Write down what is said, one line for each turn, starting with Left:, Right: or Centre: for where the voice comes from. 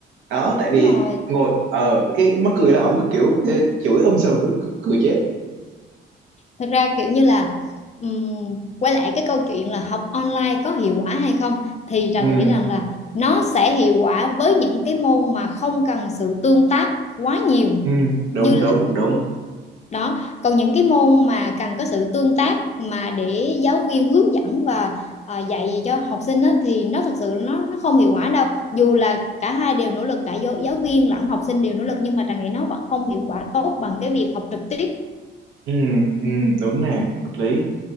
Right: đó tại
Left: đúng
Right: vì
Left: rồi
Right: ngồi ờ cái mắc cười là ổng cứ kiểu ê, chửi um sùm cười, cười chết
Left: thật ra kiểu như là ừm, quay lại cái câu chuyện là học online có hiệu quả hay không thì Trà
Right: ừ
Left: nghĩ rằng là nó sẽ hiệu quả với những cái môn mà không cần sự tương tác quá nhiều
Right: ừ
Left: như
Right: đúng
Left: là
Right: đúng đúng
Left: đó còn những cái môn mà cần có sự tương tác mà để giáo viên hướng dẫn và à, dạy cho học sinh đó thì nó thật sự nó nó không hiệu quả đâu dù là cả hai đều nỗ lực cả giáo, giáo viên lẫn học sinh đều nỗ lực nhưng mà Trà nghĩ nó vẫn không hiệu quả tốt bằng cái việc học trực tiếp
Right: ừ ừ đúng nè hợp lý